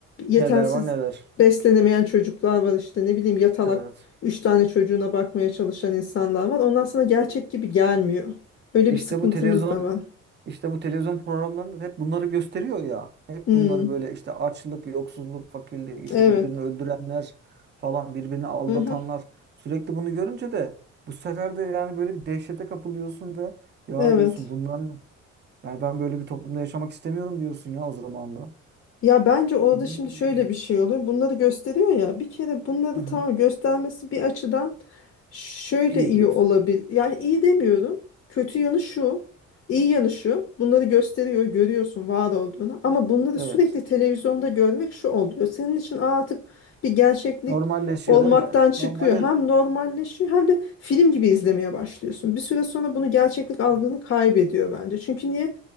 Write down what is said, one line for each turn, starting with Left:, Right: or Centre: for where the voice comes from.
Left: yetersiz
Right: Neler var neler.
Left: beslenemeyen çocuklar var işte ne bileyim yatalak
Right: Evet.
Left: üç tane çocuğuna bakmaya çalışan insanlar var. Onlar sana gerçek gibi gelmiyor. Öyle
Right: İşte
Left: bir sıkıntımız
Right: bu televizyon
Left: da var.
Right: İşte bu televizyon programlarında da hep bunları gösteriyor ya. Hep
Left: Hmm,
Right: bunları böyle işte açlık, yoksulluk, fakirlik, işte
Left: evet.
Right: birbirini öldürenler falan, birbirini aldatanlar.
Left: Mhm,
Right: Sürekli bunu görünce de bu sefer de yani böyle bir dehşete kapılıyorsun ve ya
Left: evet.
Right: diyorsun bunlar ne? Yani ben böyle bir toplumda yaşamak istemiyorum diyorsun ya o zaman da.
Left: Ya bence orada
Right: Bilmiyorum.
Left: şimdi şöyle bir şey oluyor. Bunları gösteriyor ya. Bir kere bunları
Right: Aha.
Left: tamam göstermesi bir açıdan şöyle
Right: İyi
Left: iyi
Right: diyorsun.
Left: olabilir. Yani iyi demiyorum. Kötü yanı şu. iyi yanı şu. Bunları gösteriyor, görüyorsun var olduğunu. Ama bunları
Right: Evet.
Left: sürekli televizyonda görmek şu oluyor. Senin için "Aa, artık bir gerçeklik
Right: Normalleşiyor
Left: olmaktan
Right: değil mi?
Left: çıkıyor.
Right: Normale...
Left: Hem normalleşiyor hem de film gibi izlemeye başlıyorsun. Bir süre sonra bunu gerçeklik algını
Right: Evet.
Left: kaybediyor bence. Çünkü niye?